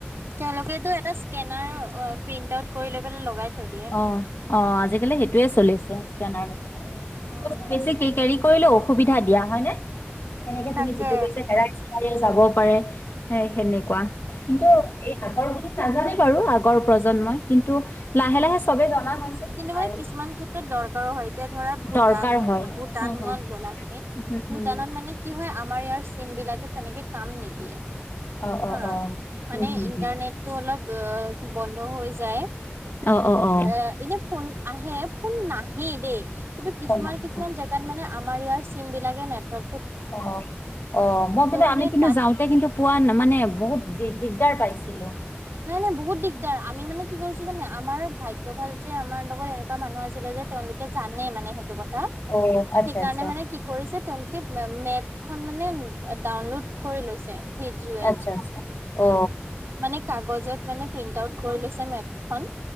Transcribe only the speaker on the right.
তেওঁ লোকেটো এটা স্কেনাৰ অ' প্ৰিন্ট আউট কৰি লৈ পেলায় লগাই থৈ দিয়ে।
উম,
তাকে।
কিন্তু মানে
কিছুমান ক্ষেত্ৰত দৰকাৰো হয়। এতিয়া ধৰা ভূটান
ভূটানত
গ'লা তুমি
ভূটানত
মানে কি হয়, আমাৰ ইয়াৰ চিম বিলাকে তেনেকে কাম নিদিয়ে।
হা
মানে
ইণ্টাৰনেট
টো অলপ। অ' বন্ধ হৈ যায়,
এ এনে ফোন আহে, ফোন নাহেই দেই, কিন্তু
কিছুমান
কিছুমান
জেগাত মানে আমাৰ ইয়াৰ চিম বিলাকে নেটৱৰ্ক
মানে
তাত
নাই নাই বহুত দিগদাৰ, আমি মানে কি কৰিছোঁ জানে, আমাৰ ভাগ্য ভাল যে আমাৰ লগত এটা মানুহ আছিল। ছিলা যে তেওঁলোকে জানে মানে সেইটো কথা
সেইকাৰণে
মানে কি কৰিছে তেওঁলোকে মে মেপ খনমানে ডাউনলোড কৰি লৈছে ভিজুৱেল
মানে কাগজত মানে প্ৰিন্ট আউট কৰি লৈছে। টে মেপ খন